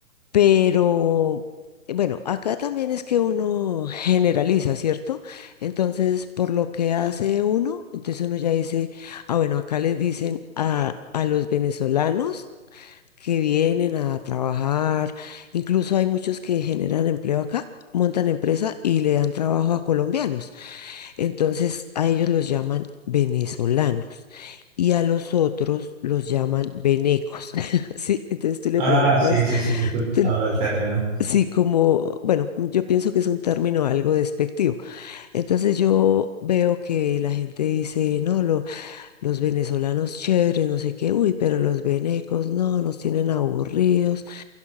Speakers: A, on the left (about 30°); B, on the right (about 30°).
A: pero eh, bueno, acá también es que uno generaliza, ¿cierto? Entonces, por lo que hace uno, entonces uno ya dice, ah, bueno, acá les dicen a, a los venezolanos. que vienen a trabajar. Incluso hay muchos que generan empleo acá, montan empresa y le dan trabajo a colombianos. Entonces a ellos los llaman venezolanos y a los otros los llaman venecos. <laughs> Sí, entonces tú le
B: ah,
A: preguntas,
B: sí, sí, sí, he escuchado
A: tú-
B: el término.
A: sí, como, bueno, yo pienso que es un término algo despectivo. Entonces yo veo que la gente dice, no, lo- los venezolanos chéveres, no sé qué, uy, pero los venecos, no, nos tienen aburridos.